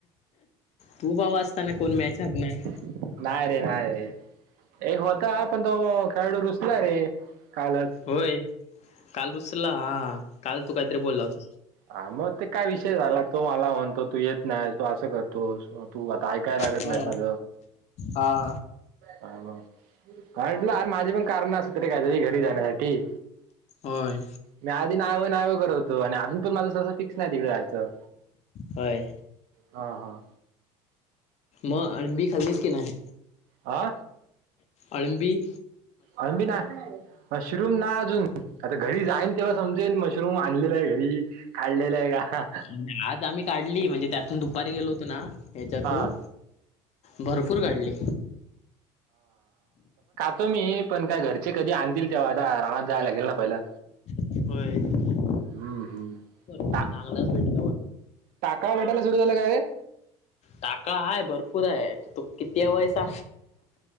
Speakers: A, on the left (about 45°); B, on the right (about 65°).
A: तू बाऊ असताना कोण मॅच हरणार.
B: नाय रे नाय रे एक होता पण तो खेळाडू रुसलाय रे. कालच.
A: होय काल रुसरला हा काल तू कायतरी बोलला होता.
B: हा म ते काय विषय झाला तो मला म्हणतो तू येत नाय तू असं करतोस म्ह तू आता ऐकाय लागत
A: हा
B: नाय अग
A: हा
B: हा म हाय म्हणलं आर माझी पण कारण असतात रे कायतरी घरी जाण्यासाठी
A: होय
B: मी आधी नाय व्हय नाय व्हय करत होतो आणि अजून पण माझ सहसा फिक्स नाय तिकड जायचं
A: होय
B: हा हा
A: म अलंबी खाल्लीस की नाय.
B: हा
A: अलंबी
B: अलंबी नाय मशरूम नाय अजून आता घरी जाईन तेव्हा समजेल मशरूम आणलेला हाय घरी काढलेलाये का. हा
A: आणि आज आम्ही काढली म्हणजे त्यातून दुपारी गेलो होतो ना हच्यातून.
B: हा
A: भरपूर काढले.
B: तो मी पण काय घरचे कधी आणतील तेव्हा आता आमात जायला लागेल ना पहिलं.
A: होय.
B: हम्म हम्म.
A: पूर
B: टा
A: चांगलाच भेट
B: टाकळा भेटायला सुरू झाला काय रे.
A: टाकळा हाय भरपूर हाय तू किती हाय वयसा